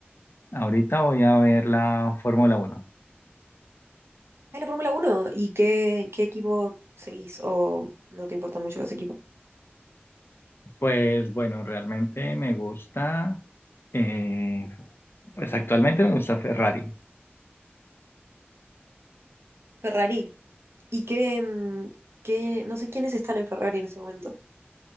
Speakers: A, on the left (about 65°); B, on the right (about 85°).
A: Ahorita voy a ver la Fórmula Uno
B: Ah, la Fórmula uno. ¿Y qué, qué equipo seguís? ¿O no te importa mucho ese equipo?
A: Pues bueno, realmente me gusta, eh, pues actualmente me gusta Ferrari.
B: Ferrari. ¿Y qué, mm, qué- No sé quiénes están en Ferrari en ese momento.